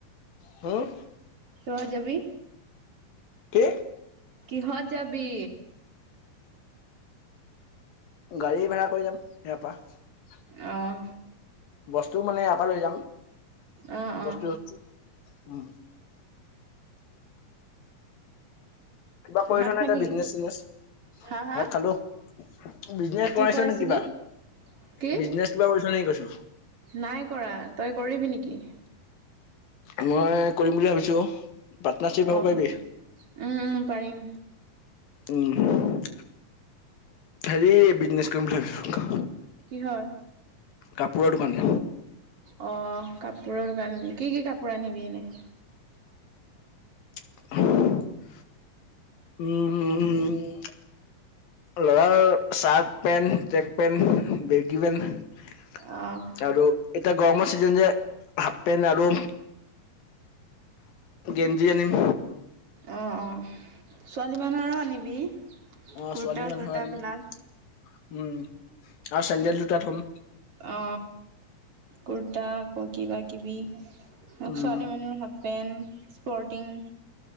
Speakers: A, on the left; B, on the right.
A: হম
B: কিহত যাবি
A: কি
B: কিহত যাবি
A: গাড়ী ভাড়া কৰি যাম ইয়াৰ পা-
B: অহঁ
A: বস্তু মানে ইয়াৰ পৰা লৈ যাম
B: অঁ
A: বস্তু
B: অঁ
A: উম কিবা কৰিছ
B: ভাত
A: নে
B: খালি
A: তই বিজনেচ চিজনেচ
B: হা হা
A: ভাত খালো বিজনেচ
B: কি
A: কৰাইছ
B: কৈ
A: নে
B: আছিলি
A: কিবা
B: কি
A: বিজনেচ কিবা কৰিছ নেকি কৈছো
B: নাই কৰা তই কৰিবি নিকি
A: মই কৰিম বুলি ভাবিছো পাৰ্টনাৰশ্বিপ হব
B: অঁ
A: পাৰিবি
B: উম উম পাৰিম।
A: উম হেৰি বিজনেচ কৰিম বুলি ভাবিছো
B: কিহৰ
A: কাপোৰৰ দোকান
B: অহ কাপোৰৰ দোকান কি কি কাপোৰ আনিবি এনে
A: <unintelligible> উম উমমম ল'ৰাৰ shirt, pant, track pant, baggy pant
B: অঁ
A: আৰু এতিয়া গৰমৰ চিজন যে হাফ পেণ্ট আৰু গেঞ্জী আনিম
B: অঁ অঁ ছোৱালী মানুহৰো আনিবি
A: অ
B: কুৰ্তা
A: ছোৱালী মানুহৰ
B: চুৰ্তাবিলাক।
A: আনিম উম আৰু চেণ্ডেল, জোতা থ'ম
B: অ কুৰ্তা আকৌ কিবা কিবি ছোৱালী
A: উম।
B: মানুহৰ হাপ পেণ্ট, স্পৰ্টিং